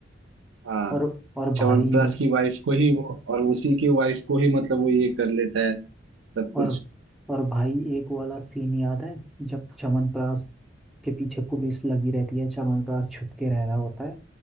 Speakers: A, on the right (about 75°); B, in the centre.
A: हाँ
B: और और
A: च्यवनप्राश
B: भाई
A: की वाइफ को ही वो और उसी की वाइफ को ही मतलब वो ये कर लेता है सब
B: और
A: कुछ
B: और भाई एक वाला सीन याद है जब चमनप्रास के पीछे पुलिस लगी रहती है चमनप्रास छुप के रह रहा होता है